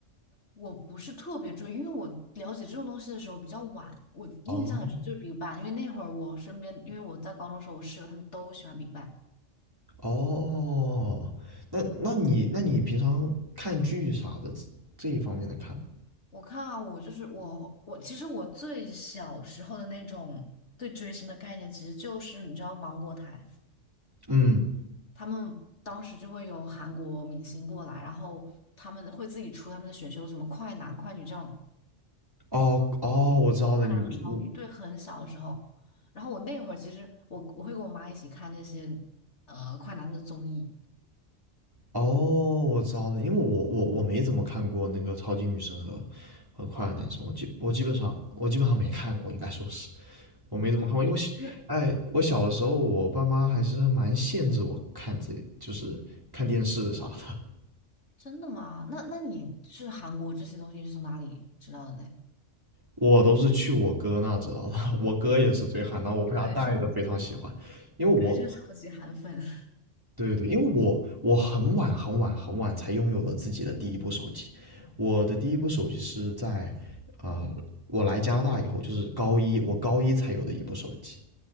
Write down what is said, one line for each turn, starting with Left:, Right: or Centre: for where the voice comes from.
Left: 我不是特别追，因为我了解这种东西的时候比较晚，我印象很深就是
Right: 哦
Left: BigBang，因为那会儿我身边，因为我在高中的时候，我室友他们都喜欢 BigBang。
Right: 哦，那那你那你平常看剧啥的这这一方面的看吗？
Left: 我看啊，我就是我，我其实我最小时候的那种对追星的概念，其实就是你知道芒果台。
Right: 嗯，
Left: 他们当时就会有韩国明星过来，然后他们会自己出他们的选秀，什么快男、快女这样，
Right: 哦哦，我知道了，
Left: 快男和超女，
Right: 你你
Left: 对，很小的时候。然后我那会儿其实我我会跟我妈一起看那些呃快男的综艺。
Right: 哦，我知道了，因为我我我没怎么看过那个超级女生和和快乐男生，我基我基本上我基本上没看过，应该说是我没怎么看过，
Left: 哦，
Right: 因为我小哎我小的时候我爸妈还是蛮限制我看这就是看电视啥的，
Left: 你对，真的吗？那那你是韩国这些东西是从哪里知道的嘞？
Right: 我都是去我哥那知道的，<laughs> 我哥也是追韩，然后我被他带的非常喜欢，
Left: 你哥也是，
Right: 因为我，
Left: 你哥也是超级韩粉。<laughs>
Right: 对对对，因为我我很晚很晚很晚才拥有了自己的第一部手机，我的第一部手机是在，呃，我来加拿大以后，就是高一，我高一才有的一部手机。